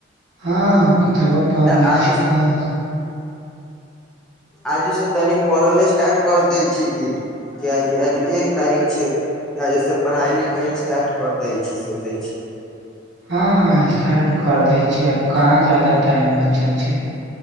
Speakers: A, on the right (about 65°); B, in the centre.
A: हँ किताबो पढ़
B: तऽ
A: लै
B: आजे
A: छै बस
B: आजे से तनि पढ़ल स्टार्ट कर दै छी की। कियाकी आज एक तारीख छै, आजे से पढ़ाई लिखाई स्टार्ट कर दै छी सोचै छी
A: हँ स्टार्ट कर दै छै। आब कहाँ जादा टाइम बचल छै।